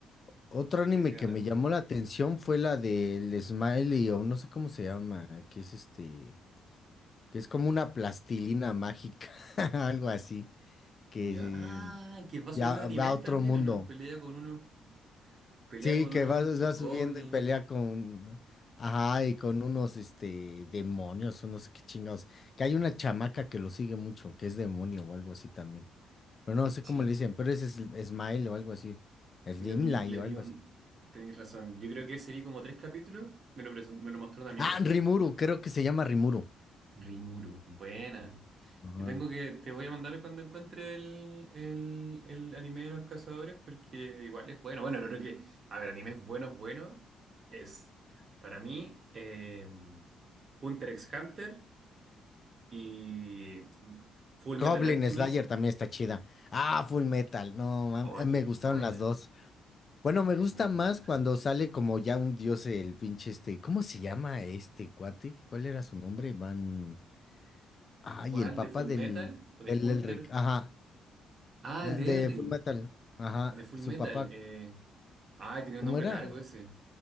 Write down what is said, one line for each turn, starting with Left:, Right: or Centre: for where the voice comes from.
Left: Otro
Right: Cuando
Left: anime
Right: le hice
Left: que
Right: a Naruto.
Left: me llamó la atención fue la del Smiley, o no sé cómo se llama, que es este, que es como una plastilina mágica, <laughs> algo así, que
Right: Ya. Ah, que va subiendo
Left: ya
Right: de nivel
Left: va a otro
Right: también,
Left: mundo.
Right: ¿o no? Pelea con unos Pelea
Left: Sí,
Right: con
Left: que
Right: unos
Left: va, va
Right: goblins.
Left: subiendo y pelea con, ajá, y con unos, este, demonios o no sé qué chingados. Que hay una chamaca que lo sigue mucho, que es demonio o algo así también. Pero no sé
Right: Sí,
Left: cómo le dicen, pero ese es Smile o algo así. Slimline
Right: lo vi, le
Left: o
Right: vi
Left: algo
Right: un...
Left: así.
Right: Tenéis razón. Yo creo que ese vi como tres capítulos. Me lo, presentó, me lo mostró un amigo.
Left: Ah, Rimuru, creo que se llama Rimuru.
Right: Rimuru. Buena.
Left: Ajá.
Right: Yo tengo que... Te voy a mandar cuando encuentre el, el, el anime de los cazadores porque igual es bueno. Bueno, lo creo que... A ver, animes buenos, buenos. Es, para mí, eh, Hunter x Hunter y Full Metal
Left: Goblin
Right: Alchemist.
Left: Slayer también está chida. Ah, Full Metal, no, mam-
Right: Oh, que
Left: me
Right: es
Left: gustaron
Right: buena.
Left: las dos. Bueno, me
Right: Es
Left: gusta
Right: muy
Left: más
Right: buena.
Left: cuando sale como ya un dios el pinche este. ¿Cómo se llama este cuate? ¿Cuál era su nombre? Van. Ay,
Right: ¿Cuál?
Left: el papá
Right: ¿De Full Metal
Left: del.
Right: o de
Left: Del
Right: Hunter?
Left: Elric. Ajá.
Right: Ah,
Left: eh,
Right: el de
Left: De
Right: Elric.
Left: Fullmetal. Ajá.
Right: De Full
Left: Su
Right: Metal.
Left: papá.
Right: Eh... Ah, tenía
Left: ¿Cómo
Right: un nombre
Left: era?
Right: largo ese.